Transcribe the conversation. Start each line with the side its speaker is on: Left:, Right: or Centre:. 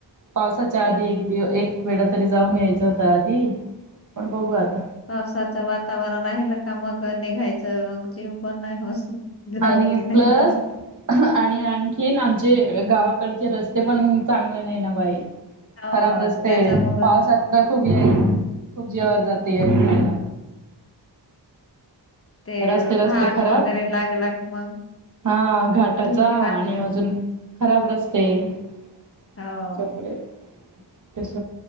Right: पावसाच्या आधी एक दि एक वेळा तरी जाऊन यायचं होत आधी पण बघू आता.
Left: पावसाचं वातावरण राहिलं का मग निघायचं मग जीव पण नाही होत. जावं
Right: आणि
Left: की नाही
Right: प्लस
Left: जावं.
Right: आणि आणखीन आमचे गावाकडचे रस्ते पण चांगले नाही ना वय
Left: हो
Right: खराब रस्ते
Left: त्याच्यामुळ
Right: पावसात तर खूप खूप जिवावर जात <unintelligible>
Left: ते
Right: रस्ते
Left: घाट
Right: रस्ते खराब
Left: वगैरे लागला की मग
Right: हा घाटाचा
Left: भीती
Right: आणि
Left: वाटते
Right: अजून खराब रस्ते त्याच्यामुळे
Left: हो
Right: टस